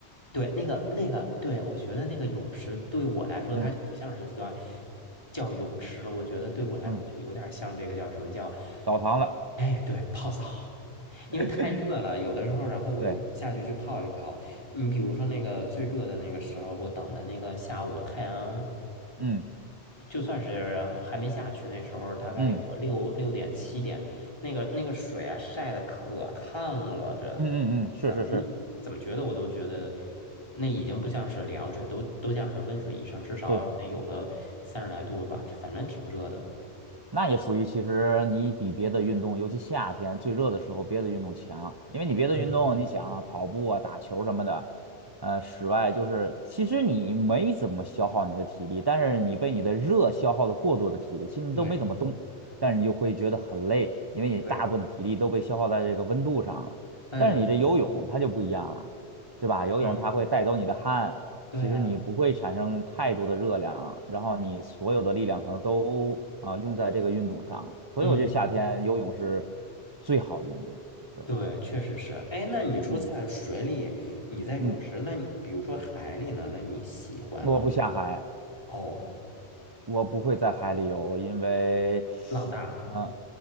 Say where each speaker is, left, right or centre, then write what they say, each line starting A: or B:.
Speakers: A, on the left; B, on the right.
A: 对，那个那个，对，我觉得那个泳池对我来说，它就不像是叫
B: 嗯
A: 叫泳池了，我觉得对我来说就有点像这个叫什么叫，
B: 嗯嗯，澡堂了。
A: 哎，对，泡澡，因为太热了，
B: <laughs>
A: 有的时候，然后我就下去去泡一泡。
B: 对，
A: 你比如说那个最热的那个时候，我等的那个下午，太阳
B: 嗯
A: 就算是还没下去，那时候大概有个六六点七点，
B: 嗯
A: 那个那个水啊晒的可烫了，这
B: 嗯嗯嗯，是是是，
A: 怎么怎么觉得我都觉得那已经不像是凉水，都都像是温水以上，至少得有个三十来度吧，
B: 对，
A: 反正挺热的。
B: 那也属于其实你比别的运动，尤其夏天最热的时候，别的运动强，因为你别的运动，
A: 嗯，
B: 你想啊，跑步啊、打球什么的，呃，室外就是其实你没怎么消耗你的体力，但是你被你的热消耗的过多的体力，其实你都没怎么动，
A: 对
B: 但是你就会觉得很累，因为你大部分的体力都被消耗在这个温度上了。
A: 对，哎，
B: 但是你这游泳它就不一样了，
A: 对的，
B: 对吧？游泳它会带走你的汗。
A: 是，对呀，
B: 其实你不会产生太多的热量，然后你所有的力量可能都啊、用在这个运动上了。所以我觉得夏天游泳是
A: 嗯。
B: 最好的运动。对，
A: 对，确实是。哎，那你说在水里，
B: 嗯
A: 你在泳池，
B: 嗯，
A: 那你比如说海里呢？那你喜欢吗？
B: 我不下海，
A: 哦，
B: 我不会在海里游，因为，
A: 浪大，
B: 呃，